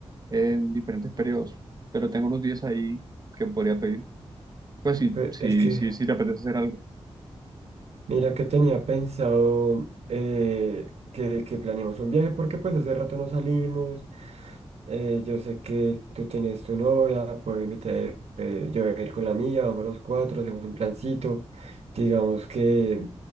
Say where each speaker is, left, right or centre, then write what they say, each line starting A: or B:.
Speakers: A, on the right (about 35°); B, on the right (about 75°).
A: en diferentes periodos, pero tengo unos días ahí que podría pedir. Pues sí,
B: Pe-
A: sí,
B: es que
A: sí, sí te apetece hacer algo.
B: Mira que tenía pensado eh, que, que planeemos un viaje porque pues hace rato no salimos. Eh, yo sé que tú tienes tu novia, puedo invitar, eh, yo voy a ir con la mía, vamos los cuatro, hacemos un plancito. Digamos que,